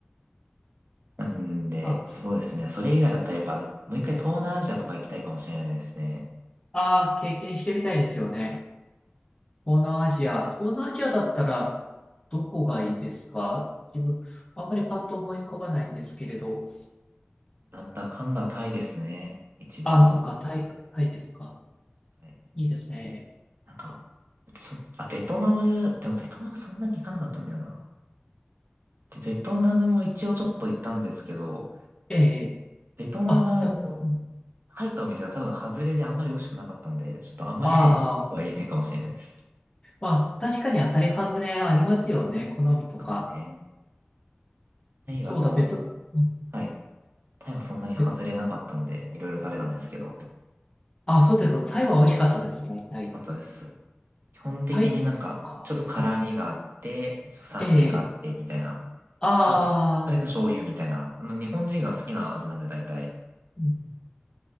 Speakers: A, on the right; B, on the left.
A: なんで、
B: ターキー。
A: そうですね。それ以外だったらやっぱ、もう一回東南アジアとか行きたいかもしれないですね。
B: ああ、経験してみたいですよね。東南アジア。東南アジアだったら、どこがいいですか自分、あんまりパッと思い浮かばないんですけれど。
A: なんだかんだタイですね。一番は。
B: ああ、そっか、タイ、タイですか。
A: はい
B: いいですね。
A: なんか、ちょ、あ、ベトナム、でもベトナムそんなに行かなかったんだよな。でベトナムも一応ちょっと行ったんですけど、
B: ええ、
A: ベトナムはあの、
B: あ、行ったこと、
A: 入ったお店が多分外れであんまり美味しくなかったんで、ちょっとあんまり正確なことは言えないかもしれないです。
B: ああー、まあ、確かに当たり外れありますよね。好みとか。
A: そうですね。タイはもう、
B: そうだ、ベト、うん
A: はい。タイはそんなに外れなかったんで、
B: ベ
A: いろいろ食べたんですけど、よ
B: あ、そうですか。タイは美味しかったですね。タイ。
A: かったです。基本的になんか、
B: タイか。
A: ちょっと辛味があって、
B: あ
A: 酸味があって、
B: ええ、
A: みたいな。
B: ああ、
A: あと、それか醤油みたいな。もう日本人が好きな味なんで、大体。
B: うん